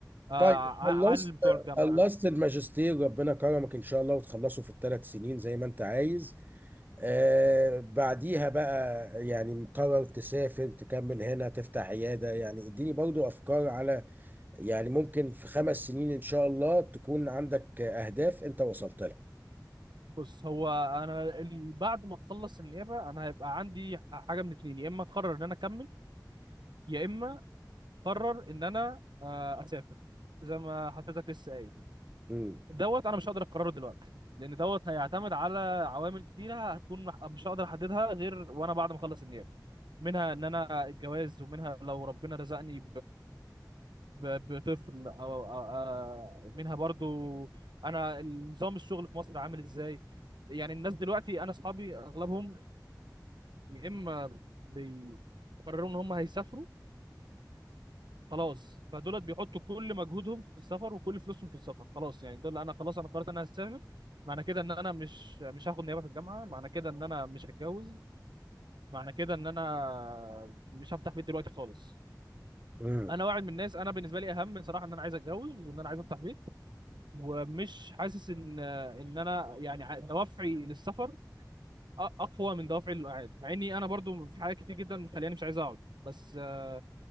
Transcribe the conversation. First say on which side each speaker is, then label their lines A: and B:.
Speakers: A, on the right; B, on the right.
A: آه
B: طيب خلصت
A: عن بتوع الجامعة
B: خلصت الماجستير ربنا كرمك ان شاء الله وتخلصه في الثلاث سنين زي ما انت عايز آه بعديها بقى يعني مقرر تسافر تكمل هنا تفتح عيادة يعني اديني برضو أفكار على يعني ممكن في خمس سنين إن شاء الله تكون عندك أهداف أنت وصلت لها
A: بص هو انا ال- بعد ما اخلص النيابة انا هيبقى عندي حاجة من اتنين يا اما اقرر ان انا اكمل يا اما اقرر ان انا آه اسافر زي ما حضرتك لسه قايل
B: مم.
A: دوت انا مش هقدر اقرره دلوقتي لان دوت هيعتمد على عوامل كتيرة هتكون مح- مش هقدر احددها غير وانا بعد ما اخلص النيابة منها ان انا الجواز ومنها لو ربنا رزقني ب- بطفل أو أو- آه، منها برضو أنا نظام الشغل في مصر عامل إزاي يعني الناس دلوقتي أنا أصحابي أغلبهم يا إما بيقرروا إن هم هيسافروا خلاص فدولت بيحطوا كل مجهودهم في السفر وكل فلوسهم في السفر خلاص يعني دول أنا خلاص أنا قررت إن أنا هسافر معنى كده إن أنا مش مش هاخد نيابة في الجامعة معنى كده إن أنا مش هتجوز معنى كده إن أنا مش هفتح بيت دلوقتي خالص
B: مم.
A: انا واحد من الناس انا بالنسبه لي اهم صراحه ان انا عايز اتجوز وان انا عايز افتح بيت ومش حاسس ان ان انا يعني ع- دوافعي للسفر أ- اقوى من دوافعي للقعاد مع اني انا برضو في حاجات كتير جدا مخليني مش عايز اقعد بس آه،